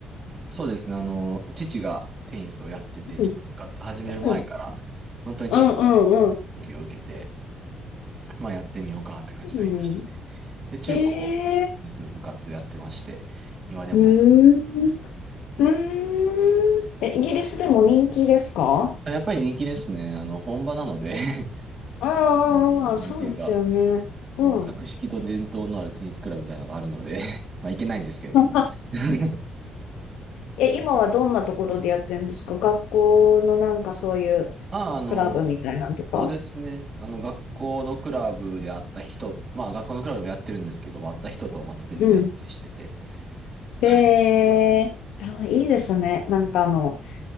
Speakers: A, on the right; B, on the left.
A: そうですね。あの、父がテニスをやってて、
B: うん、
A: ちょっと部活始める前から、
B: うん、
A: 本当にちょっと、
B: うん、うん、
A: 時を受けて、まあやってみようかって感じになりましたね。
B: うん。
A: で、中高、
B: で、
A: テニス部活やってまして、今でもやって
B: うーん、
A: ます。
B: うーん。え、イギリスでも人気ですか
A: やっぱり人気ですね。あの、本場なので <laughs>
B: ああ、
A: もう、
B: ああそうですよね。
A: なんていうか、もう格式と伝統のあるテニスクラブみたいなのがあるので
B: うん。
A: <laughs> まあいけないんですけれども。
B: <laughs>
A: <laughs>
B: え、今はどんなところでやってるんですか学校のなんかそういう
A: ああ、あの、
B: クラブみたいなのとか。
A: そうですね。あの、学校のクラブで会った人、まあ、学校のクラブでもやってるんですけども、会った人とはまた別でやったりしてて。
B: うん。
A: はい。
B: えー、あいいですね。なんかあの、